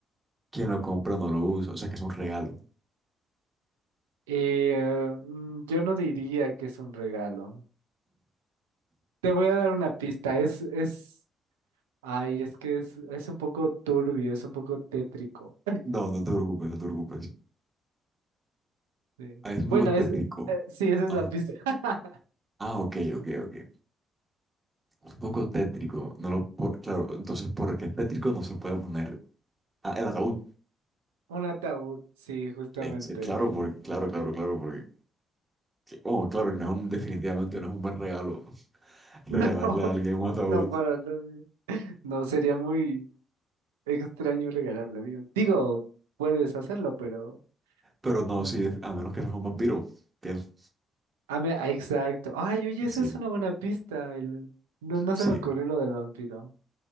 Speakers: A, on the right; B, on the right.
A: quien lo compra no lo usa, o sea que es un regalo.
B: Eh, mm, yo no diría que es un regalo. Te voy a dar una pista. Es, es, ay, es que es, es un poco turbio, es un poco tétrico.
A: No, no te preocupes, no te preocupes.
B: <laughs> Sí.
A: Ah, es un
B: Bueno,
A: poco tétrico.
B: es, eh, sí, esa es
A: Ajá.
B: la pista. <laughs>
A: Ah, ok, ok, ok. Es un poco tétrico. No lo po- claro, entonces, ¿por qué es tétrico? No se puede poner. Ah, el ataúd.
B: Un ataúd, sí, justamente.
A: Ex- Claro, porque, claro, claro, claro, porque. Oh, claro, no es un- definitivamente no es un buen regalo <laughs> regalarle
B: No, <laughs>
A: a alguien un ataúd.
B: no para nadie. No, sería muy extraño regalarlo, digo. Digo, puedes hacerlo, pero...
A: Pero no,
B: mm,
A: sí, a menos que seas un vampiro, pienso.
B: a me- ah, exacto. Ay, oye, esa
A: Sí,
B: es una buena pista. el- no, no
A: sí.
B: se me ocurrió lo del vampiro.